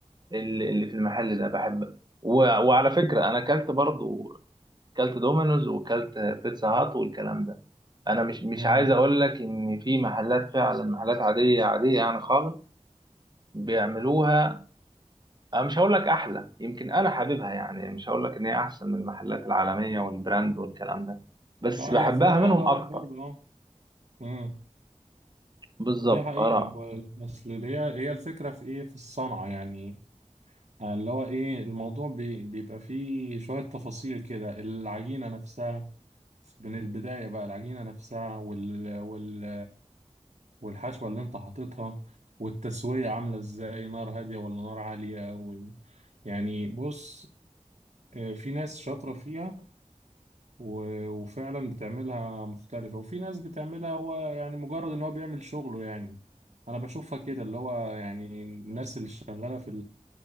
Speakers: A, on the right; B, on the right.
A: اللي اللي في المحل ده بحب و... وعلى فكرة أنا أكلت برضو أكلت دومينوز وأكلت بيتزا هات والكلام ده أنا مش مش
B: مم.
A: عايز أقول لك إن في محلات فعلا محلات عادية عادية يعني خالص بيعملوها أنا مش هقول لك أحلى يمكن أنا حاببها يعني مش هقول لك إن هي أحسن من المحلات العالمية والبراند والكلام ده بس
B: اه
A: بحبها
B: هي في النهاية
A: منهم
B: آراء
A: أكتر
B: برضه اه مم.
A: بالظبط
B: دي حقيقة
A: آراء
B: هو- أصل هي هي الفكرة في إيه في الصنعة يعني آه، اللي هو ايه الموضوع بي بيبقى فيه شوية تفاصيل كده العجينة نفسها من البداية بقى العجينة نفسها وال وال والحشوة اللي انت حاططها والتسوية عاملة ازاي نار هادية ولا نار عالية وال يعني بص آه، في ناس شاطرة فيها و- وفعلا بتعملها مختلفة وفي ناس بتعملها هو يعني مجرد ان هو بيعمل شغله يعني انا بشوفها كده اللي هو يعني الناس اللي شغالة في